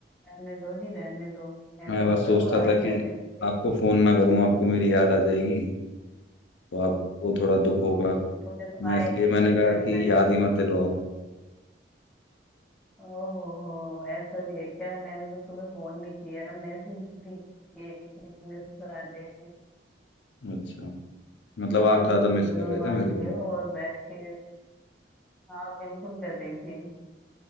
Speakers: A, in the centre; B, on the left.
A: रहने दो जी रहने दो ऐसा
B: मैं
A: होता
B: बस सोचता
A: तो आ ही
B: था
A: जाते
B: कि
A: मिलने के
B: आपको
A: लिए
B: फोन ना करूँ आपको मेरी याद आ जाएगी तो आपको थोड़ा दुख होगा
A: मुझे तो मुझे तो
B: मैं
A: आए
B: इसलिए
A: नहीं
B: मैंने कहा
A: थी तभी
B: कि
A: मैंने
B: याद ही मत दिलवाओ
A: ओहो ऐसा भी है क्या मैंने तो तुम्हें फोन भी किया मैसेज भी किए कि इतने सारे
B: अच्छा मतलब
A: आज
B: आप ज़्यादा
A: इतने
B: मिस
A: दिनों
B: कर रहे
A: बाद
B: थे मेरे को
A: मिले हो और बैठ के हाँ बिल्कुल कर रही थी